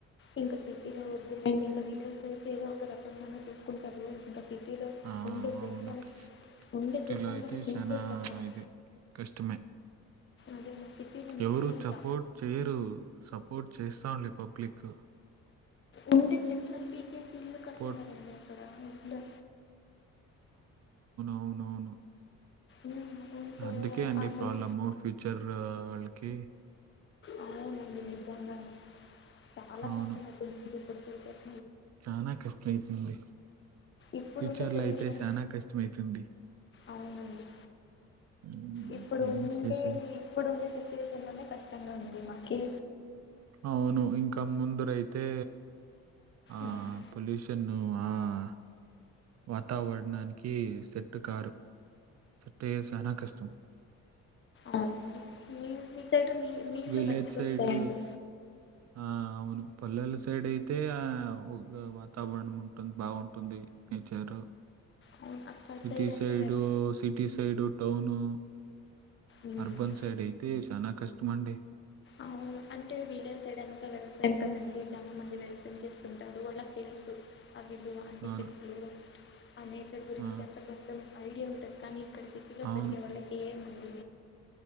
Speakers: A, on the left; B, on the right.
A: ఇంకా సిటీలో వద్దులేండి ఇంకా విలేజ్ లో అయితే ఏదో ఒక రకంగన్నా చూసుకుంటారు ఇంకా సిటీలో
B: ఆ!
A: ఉండే చెట్లను
B: అవును.
A: ఉండే
B: సిటీలో
A: చెట్లను
B: అయితే
A: కానీ పీకేస్తున్నారు
B: చానా ఇదే కష్టమే
A: అదే మా సిటీలో నిజంగానే
B: ఎవరు సపోర్ట్
A: చ
B: చేయరు సపోర్ట్ చేస్తాం లే పబ్లిక్
A: ఉండి చెట్లను పీకే ఇల్లు కడుతున్నారండి
B: పోట్
A: అక్కడ ఇల్లు
B: అవునవును
A: ఉమ్, ఉండే
B: అందుకే అండి
A: ఆ మంచి
B: ప్రాబ్లము ఫ్యూచర్ వాళ్ళకి
A: అవునండి నిజంగానే చాలా
B: అవును.
A: కష్టమైతుంది పడు
B: చానా కష్ట అయితుంది
A: ఇప్పుడుండే
B: ఫ్యూచర్
A: పొల్యూషన్
B: లో అయితే చానా కష్టమైతుంది
A: అవునండి
B: హ్మ్.
A: ఇప్పుడు
B: ఏం
A: ఉండే
B: చేసే
A: ఇప్పుడు ఉండే సిచ్యువేషన్ అనే కష్టంగా ఉంది మాకి
B: అవును ఇంకా ముందురైతే ఆ
A: ఉమ్,
B: పొల్యూషన్ ఆహ్, వాతావరణానికి సెట్టు కారు సెట్ అయ్యే సానా కష్టం
A: అవును మీ మీ సైడ్ నీ నీల్లు
B: విలేజ్
A: మంచిగా
B: సైడ్
A: వస్తాయండి
B: ఆ అవును పల్లెల సైడ్ అయితే ఆ వాతావరణం ఉంటుంది బాగుంటుంది నేచరు
A: అవును అక్కడ
B: సిటీ
A: సైడ్ అంటే
B: సైడు
A: వ్యవ-
B: సిటీ సైడు టౌను
A: ఉమ్,
B: అర్బన్ సైడ్ అయితే చానా కష్టమ అండి
A: అవును అంటే వీలేజ్ సైడ్ అంత వ్యవసాయం కదండి. చాలా మంది వ్యవసాయం చేస్తుంటారు. వాళ్ళకి తెలుసు అవిలు అంటే
B: అవును.
A: చెట్లు ఆ నేచర్ గురించి
B: ఆ!
A: అంత కొంచెం ఐడియా ఉండదు కానీ ఇక్కడ సిటీలో
B: అవును.
A: పెరిగే వాళ్ళకి ఏముంది